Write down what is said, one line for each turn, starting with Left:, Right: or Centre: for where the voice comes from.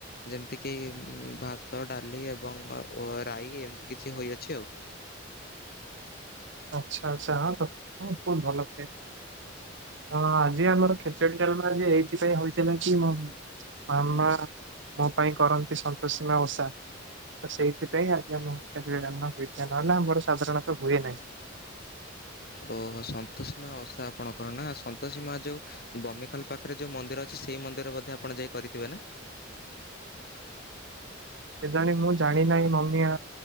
Left: ଯେମିତି କିି ଭାତ ଡାଲି ଏବଂ ଓ ରାଇ ଏମିତି କିଛି ହୋଇଅଛି ଆଉ।
Right: ଆଛା ଆଛା ହ ତ ବହୁତ ଭଲ ପାଇବା। ହଁ ଆଜି ଆମର ଖେଚଡି ଡାଲମା ଆଜି ଏଇଥିପାଇଁ ହେଇଥିଲା କି ମ ମାମା ମୋ ପାଇଁ କରନ୍ତି ସନ୍ତୋଷୀମା ଓଷା। ତ ସେଇଥିପାଇଁ ଆଜି ଆମ ହୋଇଯଏ ନହେଲେ ଆମର ସାଧାରଣତଃ ହୁଏ ନାହିଁ।
Left: ଓହୋ ସନ୍ତସୀମା ଓଷା ଆପଣଙ୍କର ନା ସନ୍ତସୀମା ଯୋଉ ବମିଖାଲ ପାଖରେ ଯୋଉ ମନ୍ଦିର ଅଛି। ସେଇ ମନ୍ଦିର ବୋଧେ ଆପଣ ଯାଇ କରିଥିବେ ନା?
Right: କେଜାଣି ମୁଁ ଜାଣି ନାହିଁ ମମିଆ